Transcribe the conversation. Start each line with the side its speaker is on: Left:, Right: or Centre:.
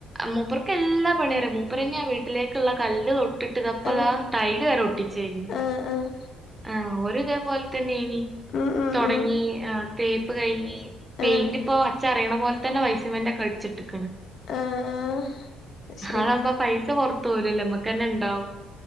Right: മൂപ്പുർക്ക് എല്ലാ പണിറിയ മൂപ്പർ തന്നെയാ വീട്ടിലേക്കുള്ള കല്ല് തൊട്ടിട്ട്ത് അപ്പതാ
Left: ആഹ്
Right: ടൈൽ വരെ ഒട്ടിച്ച് കഴിഞ്ഞ്
Left: ആഹ് ആഹ്
Right: ആഹ് ഒരിതേ പോലെ തന്നെയ്നി
Left: ഉം ഉം
Right: തുടങ്ങി
Left: ഉം
Right: തേപ്പ് കഴിഞ്ഞി പെയിന്റ്
Left: ആഹ്
Right: ഇപ്പോ ച്ചറിയണ പോലെ തന്നെ വൈറ്റ് സിമന്റെകടിച്ചിട്ടക്കണ്
Left: ആഹ് ശരി
Right: അതാവുമ്പ പൈസ പൊറത്ത് പോലല്ലോ നമ്മുക്ക്ന്നെ ഉണ്ടാവും